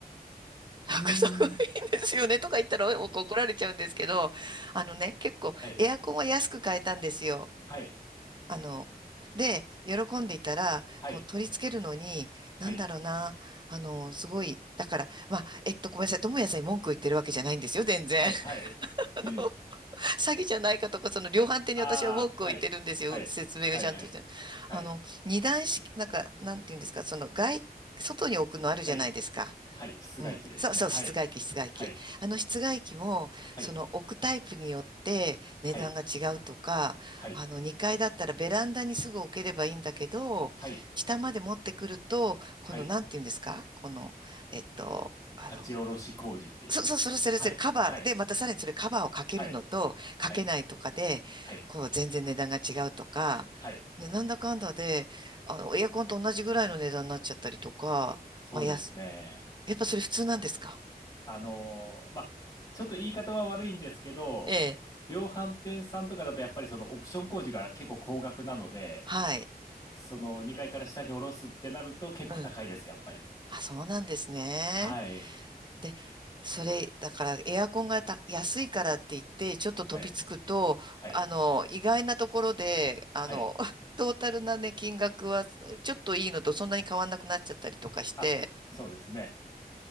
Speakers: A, on the right; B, on the left.
A: なんかすごいんですよね。
B: うーん。
A: とか言ったらお怒られちゃうんですけど、あのね、結構エアコンは安く買えたんですよ。
B: はい。はい。
A: あの、で、喜んでいたら、
B: はい。
A: こう取り付けるのに、
B: はい。
A: なんだろうな、あの、すごい、だから、まあ、えっと、ごめんなさい、友也さんに文句を言ってるわけじゃないんですよ、全然。
B: はい。はい。
A: <laughs> あの、
B: <laughs>
A: 詐欺じゃないかとか、その量販店に私は文句を言ってるんですよ、
B: ああ、はい。はい。
A: 説明がちゃんとして。
B: はい。はい。はい。
A: あの、二段式、なんか、なんていうんですか、その外、外に置くのあるじゃないですか。
B: はい。はい室外機ですね。
A: うん、そうそう、
B: はい。
A: 室外機、室外機。
B: はい。
A: あの室外機も、
B: はい、
A: その置くタイプによって値段が違うとか、
B: はい、はい、
A: あの2階だったらベランダにすぐ置ければいいんだけど、
B: はい、
A: 下まで持ってくると、この、
B: はい。
A: なんていうんですかこの、えっと、あの、
B: 立ち下ろし工事って言うんですけど。
A: そうそう、それそれそれ、
B: はい、
A: カバーで、
B: はい、
A: またさらにそれカバーをかけるのと、
B: はい、
A: かけないとかで、
B: はい、はい、
A: こう、全然値段が違うとか、
B: はい。
A: ねなんだかんだで、あの、エアコンと同じぐらいの値段になっちゃったりとか、
B: そうですね。
A: まあ、やす、やっぱそれ普通なんですか
B: あのーまあ、ちょっと言い方は悪いんですけど、
A: ええ、
B: 量販店さんとかだとやっぱりそのオプション工事が結構高額なので、
A: はい。
B: その2階から下に下ろすってなると結構高いです、
A: うん。
B: やっぱり。
A: あ、そうなんですね。
B: はい、
A: で、それ、だからエアコンがた安いからって言って、ちょっと飛びつくと、
B: はい、はい、
A: あの、意外なところで、あの、
B: はい。
A: <laughs> トータルなね、金額は、ちょっといいのとそんなに変わんなくなっちゃったりとかして、
B: あ、そうですね。